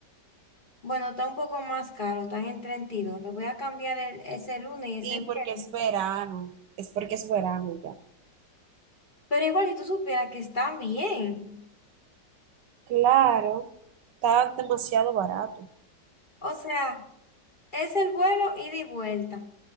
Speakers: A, on the left; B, on the right.
A: Bueno, está un poco más caro, están en 32. Lo voy a cambiar el- ese lunes y ese
B: sí,
A: viernes.
B: porque es verano. Es porque es verano ya.
A: Pero igual, si tú supieras que están bien.
B: Claro, está demasiado barato.
A: O sea, Es el vuelo ida y vuelta.